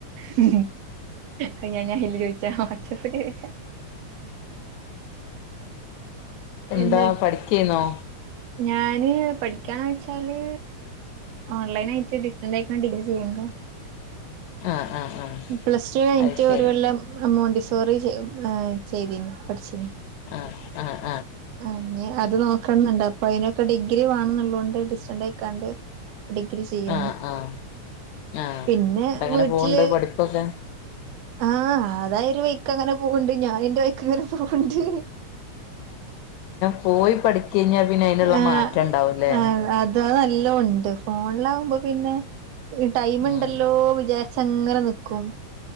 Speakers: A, on the right; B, on the left.
A: ഹ് ഹ് ഞാൻ ഞാൻ അയിൽ ചോയിച്ച വാട്സപ്പിൽ ചോദിച്ച
B: എന്താ
A: എന്നി
B: പഠിക്കാനോ
A: ഞാന് പഠിക്കണ വെച്ചാല് ഓൺലൈൻ ആയിട്ട് ഡിസ്റ്റിൻസ് ആയി ഡിഗ്രി ചെയ്യുന്നുണ്ട്
B: ആഹ ആഹ് ആഹ്
A: പ്ലസ് ടു കഴിഞ്ഞിട്ട്
B: അത് ശരി
A: ഒരു കൊല്ലം മോണ്ടിസോറിയാം ചെയ്തന് പഠിച്ചീനി
B: ആ
A: ആ അത് നോക്കനുണ്ട് അപ്പൊ അതിനൊക്കെ ഡിഗ്രി വേണംന്നള്ളതൊണ്ട് ഡിസ്റ്റക്കാണ്ട് ഡിഗ്രി ചെയ്യാണ്
B: ആഹ് ആഹ് ആഹ്
A: പിന്നെ
B: ന്നട്ടങ്ങനെ
A: വീട്ടില്
B: പോവ്ണ്ട് പഠിപ്പൊക്കെ
A: ആ അതൊരു വഴിക് പോണുണ്ട് ഞാൻ എന്റെ വഴിക് പോണുണ്ട്
B: പോയി പഠിക്ക കഴിഞ്ഞാ പിന്നെ അതിനുള്ള
A: ആഹ്
B: മാറ്റം ഇണ്ടാവൂല്ലേ
A: ആഹ് അത് ഫോണിലാകുമ്പോ പിന്നെ ടൈംണ്ടല്ലോ
B: ഉം
A: വിചാരിച്ചു അങ്ങനെ നിക്കും